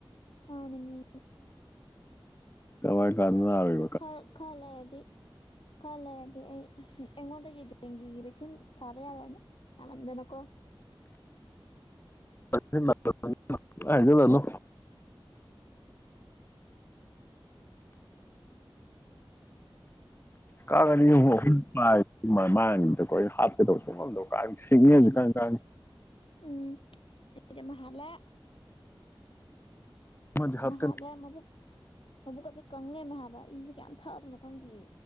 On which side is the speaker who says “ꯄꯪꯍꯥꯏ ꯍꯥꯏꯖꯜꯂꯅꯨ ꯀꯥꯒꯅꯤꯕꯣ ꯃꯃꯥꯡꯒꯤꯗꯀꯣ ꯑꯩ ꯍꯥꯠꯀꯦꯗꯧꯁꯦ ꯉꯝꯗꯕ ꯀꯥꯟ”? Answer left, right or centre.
Left